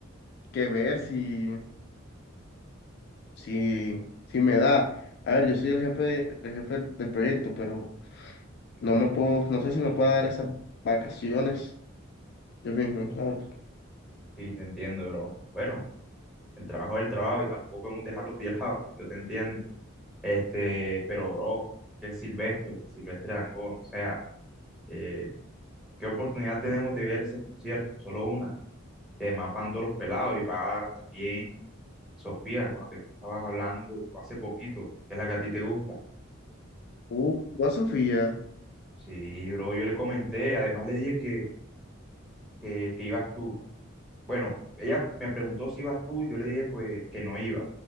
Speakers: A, on the left; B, in the centre.
A: que ver si, si, si me da. A ver, yo soy el jefe, el jefe del del proyecto, pero no me puedo, no sé si me puedo dar esas vacaciones yo mismo, ¿sabes?
B: Sí, te entiendo, bro. Bueno. El trabajo es el trabajo y tampoco podemos dejarlo tirado, yo te entiendo. Este, pero bro, que Silvestre, Silvestre Dangond, o sea, eh, ¿qué oportunidad tenemos de ver ese concierto? Solo una. Y además van todos los pelados y va también Sofía, con la que tú estabas hablando hace poquito, que es la que a ti te gusta.
A: Uh, a Sofía.
B: Sí, bro, yo le comenté, además le dije que, que, que ibas tú. Bueno, ella me preguntó si ibas tú, yo le dije pues que no iba,